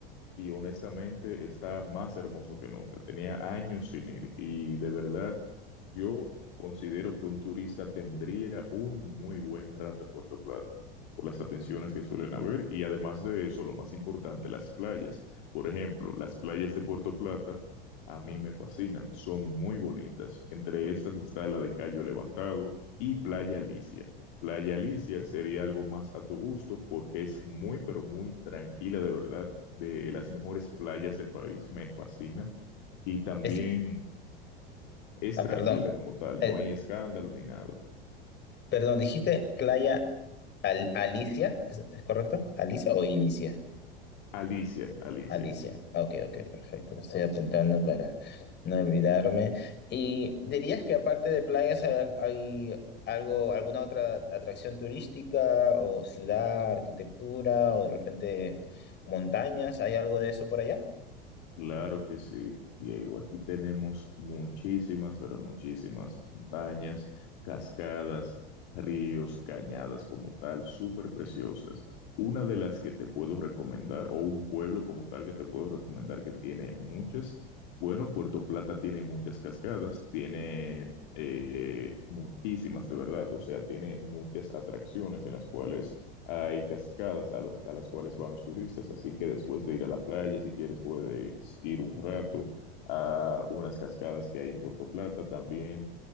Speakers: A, on the left; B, on the left.
A: y honestamente está más hermoso que nunca. Tenía años sin ir y de verdad yo considero que un turista tendría un muy buen rato en Puerto Plata por las atenciones que suelen haber y además de eso, lo más importante, las playas. Por ejemplo, las playas de Puerto Plata a mí me fascinan, son muy bonitas. Entre estas está la de Cayo Levantado y Playa Alicia. Playa Alicia sería algo más a tu gusto porque es muy, pero muy tranquila de verdad de las mejores playas del país, me fascina. Y también
B: Es,
A: es
B: ah,
A: tranquila
B: perdón,
A: como tal,
B: eh,
A: no hay escándalo ni nada.
B: perdón, dijiste Playa Al- Alicia, ¿es, es correcto? ¿Alicia o Ilicia?
A: Alicia, Alicia.
B: Alicia. Ah, Ok, ok, perfecto. Lo Estoy apuntando para no olvidarme. ¿Y dirías que aparte de playas hay, hay algo, alguna otra atracción turística o ciudad, arquitectura o de repente montañas? ¿Hay algo de eso por allá?
A: Claro que sí, Diego. Aquí tenemos muchísimas, pero muchísimas montañas, cascadas, ríos, cañadas como tal, súper preciosas. Una de las que te puedo recomendar, o un pueblo como tal que te puedo recomendar que tiene muchas. Bueno, Puerto Plata tiene muchas cascadas, tiene eh, muchísimas de verdad, o sea, tiene muchas atracciones en las cuales hay cascadas a, los- a las cuales van los turistas, así que después de ir a la playa, si quieres, puedes ir un rato a unas cascadas que hay en Puerto Plata. También